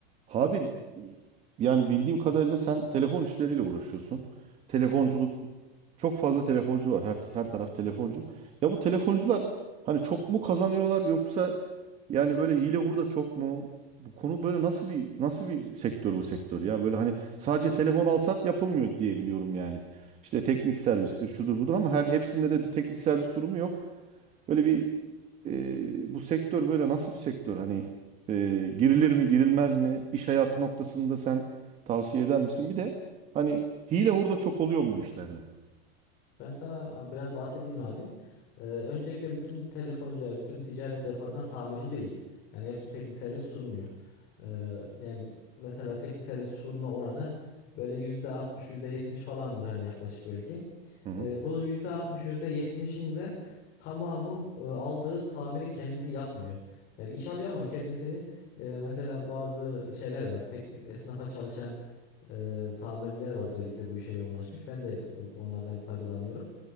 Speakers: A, on the right; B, on the left.
A: Habil yani bildiğim kadarıyla sen telefon işleriyle uğraşıyorsun. Telefonculuk çok fazla telefoncu var. Her her taraf telefoncu. Ya bu telefoncular hani çok mu kazanıyorlar yoksa yani böyle hile hurda çok mu? Bu konu böyle nasıl bir nasıl bir sektör bu sektör ya? Böyle hani sadece telefon alsat yapılmıyor diye biliyorum yani. İşte teknik servistir, şudur budur ama her hepsinde de bir teknik servis durumu yok. Böyle bir e, bu sektör böyle nasıl bir sektör? Hani e, girilir mi girilmez mi? İş hayatı noktasında sen tavsiye eder misin? Bir de hani hile hurda çok oluyor mu bu işlerde?
B: Ben sana biraz bahsedeyim abi. Ee, öncelikle bütün telefoncular, bütün ticaret yapanlar tamirci değil. Yani hepsi teknik servis sunmuyor. Ee, yani mesela teknik servis sunma oranı böyle %60, %70 falandır hani yaklaşık belki.
A: Hı hı.
B: Ee, bu %60, %70'in de tamamı e, aldığı tamiri kendisi yapmıyor. Yani iş alıyor ama kendisini e, mesela bazı şeyler var. Tek, esnafa çalışan e, tamirciler var özellikle bu işe yoğunlaşmış. Ben de e, onlardan faydalanıyorum